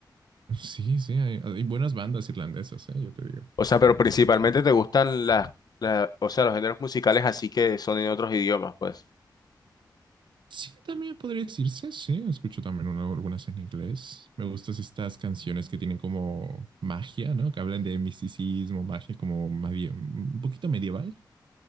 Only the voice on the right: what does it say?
<laughs> sí, sí, hay, hay buenas bandas irlandesas, eh, yo te digo.
Entonces,
Sí, también podría decirse, sí, escucho también una- algunas en inglés. Me gustan estas canciones que tienen como magia, ¿no? Que hablan de misticismo, magia como medie- un poquito medieval,